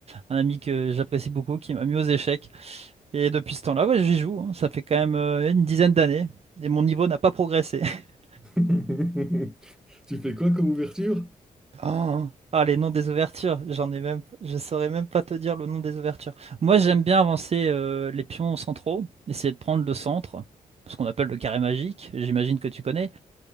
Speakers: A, on the right (about 45°); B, in the centre.
A: un ami que j'apprécie beaucoup, qui m'a mis aux échecs. Et depuis ce temps-là, ouais, j'y joue. hein. Ça fait quand même euh, une dizaine d'années. Et mon niveau n'a pas progressé. <laughs>
B: <laughs> Tu fais quoi comme ouverture?
A: Ah, Ah, les noms des ouvertures, j'en ai même, je saurais même pas te dire le nom des ouvertures. Moi, j'aime bien avancer euh, les pions centraux, essayer de prendre le centre, ce qu'on appelle le carré magique, j'imagine que tu connais,